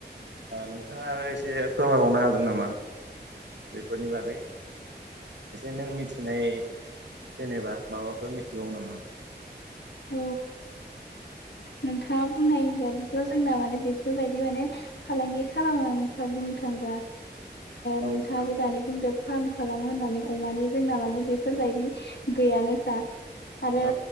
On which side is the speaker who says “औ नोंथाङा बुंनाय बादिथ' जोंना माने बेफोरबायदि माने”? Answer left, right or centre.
Left